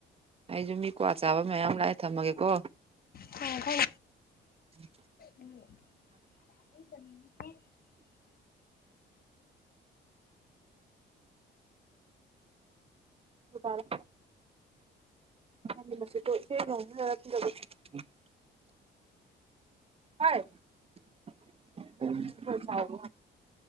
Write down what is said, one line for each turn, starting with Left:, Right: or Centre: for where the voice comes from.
Right: ꯑꯩꯁꯨ ꯃꯤꯀꯣ ꯆꯥꯕ ꯃꯌꯥꯝ ꯂꯥꯛꯑꯦ ꯊꯝꯃꯒꯦꯀꯣ
Left: ꯈ ꯐꯣꯏ
Right: ꯎꯝ
Left: ꯎꯝ
Right: ꯇꯔ ꯍꯁꯖ ꯍ <inaudible>